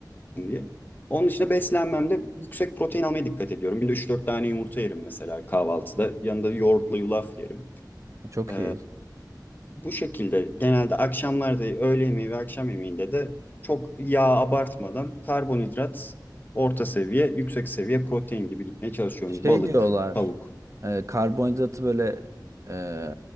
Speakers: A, on the left; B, on the right.
A: diye. Onun dışında beslenmemde yüksek protein almaya dikkat ediyorum. Günde üç dört tane yumurta yerim mesela kahvaltıda. Yanında yoğurtla yulaf yerim.
B: Çok
A: Ee,
B: iyi.
A: bu şekilde genelde akşamlarda öğle yemeği ve akşam yemeğinde de çok yağ abartmadan karbonhidrat orta seviye, yüksek seviye protein gibi gitmeye çalışıyorum.
B: Şey
A: Balık,
B: diyorlar,
A: tavuk.
B: e, karbonhidratı böyle e,